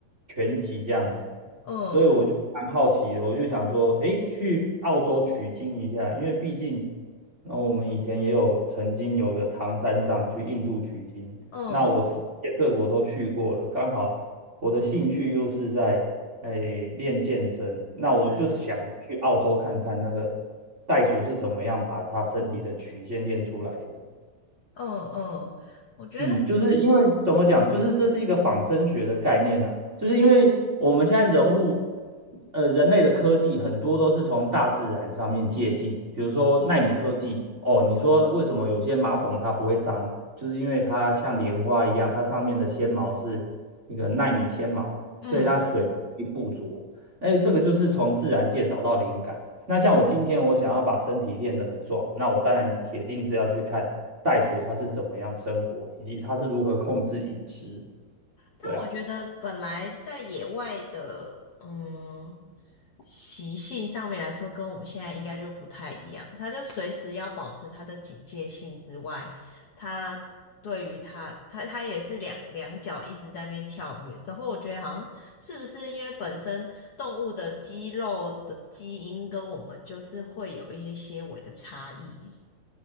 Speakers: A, on the right; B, on the left.
A: 拳击这样子，
B: 嗯
A: 所以我就蛮好奇的，我就想说，诶，去澳洲取经一下，因为毕竟，那我们以前也有曾经有个唐三藏去印度取经，
B: 嗯，
A: 那我世界各国都去过了，刚好我的兴趣又是在诶练健身，那我就想去澳洲看看那个
B: 是，
A: 袋鼠是怎么样把它身体的曲线练出来的。
B: 嗯嗯，我觉得，
A: 嗯，就是因为怎么讲，就是这是一个仿生学的概念呐、就是因为我们现在人物，呃，人类的科技很多都是从大自然上面借鉴，比如说纳米科技，哦，你说为什么有些马桶它不会脏，就是因为它像莲花一样，它上面的纤毛是那个纳米纤毛，
B: 嗯，
A: 所以它水不易附着，哎，这个就是从自然界找到灵感。那像我今天我想要把身体练得很壮，那我当然铁定是要去看袋鼠它是怎么样生活，以及它是如何控制饮食。
B: 但我觉得本来在野外的，
A: 对啊，
B: 嗯，习性上面来说，跟我们现在应该就不太一样。它就随时要保持它的警戒性之外，它对于它，它它也是两两脚一直在那边跳跃。之后我觉得好像是不是因为本身动物的肌肉的基因跟我们就是会有一些些微的差异。